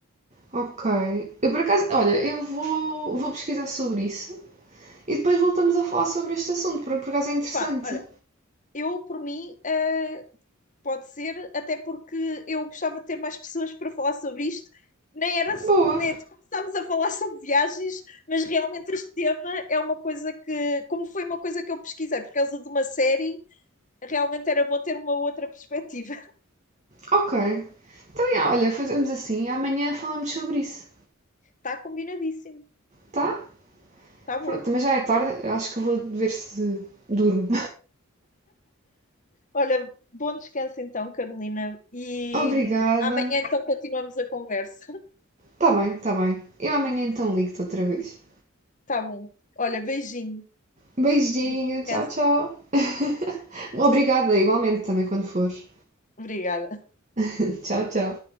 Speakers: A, on the right; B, on the left.
A: Ok. Eu por acaso. Olha, eu vou, vou pesquisar sobre isso. E depois voltamos a falar sobre este assunto, porque por acaso é interessante.
B: Pá, olha, eu, por mim, uh, pode ser, até porque eu gostava de ter mais pessoas para falar sobre isto. Nem era.
A: Boa.
B: Nem, começámos a falar <laughs> sobre viagens, mas realmente este tema é uma coisa que. Como foi uma coisa que eu pesquisei por causa de uma série realmente era bom ter uma outra perspectiva. <laughs>
A: Ok. Então, yeah, olha, fazemos assim. Amanhã falamos sobre isso,
B: Está combinadíssimo,
A: tá?
B: está bom.
A: Pronto, também já é tarde, eu acho que vou ver se durmo.
B: Olha, bom descanso então, Carolina, e
A: <laughs> Obrigada.
B: hum, amanhã então continuamos a conversa. <laughs>
A: Tá bem, tá bem. Eu amanhã então ligo-te outra vez.
B: Está bom. Olha, beijinho
A: Beijinho,
B: e bom descanso.
A: tchau, tchau. <laughs> Obrigada, igualmente também quando fores.
B: Obrigada.
A: <laughs> Tchau, tchau.